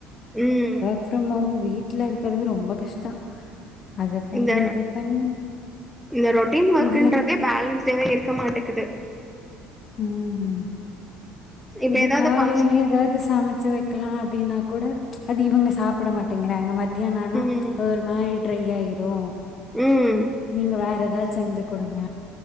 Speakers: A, in the centre; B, on the left.
A: ம்
B: ஒர்க் ப்ரம் ஹோம் வீட்லருக்கிறது ரொம்ப கஷ்டொ அத பண்ணி
A: இந்த
B: இத பண்ணி
A: இந்த ரொட்டீன் ஒர்க்கன்றதே
B: இதுல
A: பேலன்ஸடவே இருக்க மாட்டேகுது
B: ம் ம்
A: இப்ப
B: இது
A: ஏதாவது
B: காலைல
A: ஃபங்க்ஷன்
B: ஏதாது சமைச்சி வை க்கலா அப்டின்னாக் கூட அது இவங்க சாப்பட மாட்டேங்கறாங்க மத்தியானெ ஆனா
A: ம்
B: அது ஒரு மாரி ட்ரை யாயிரூ
A: ம்
B: நீங்க வேற ஏதாச்சூ செஞ்சு குடுங்க